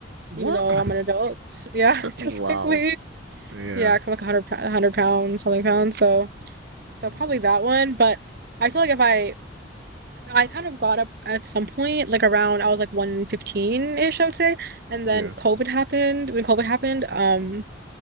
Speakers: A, on the right (about 75°); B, on the right (about 55°).
A: What?
B: even though
A: <laughs>
B: I'm an adult. Yeah, <laughs> technically.
A: Wow. Yeah.
B: Yeah, kind of like 100, 100 pounds, something pounds.
A: Mhm.
B: So, so
A: Mm,
B: probably that one. But I feel like if I, I kind of got up at some point, like around, I was like 115-ish, I would say. And
A: Yes.
B: then COVID happened. When COVID happened, um,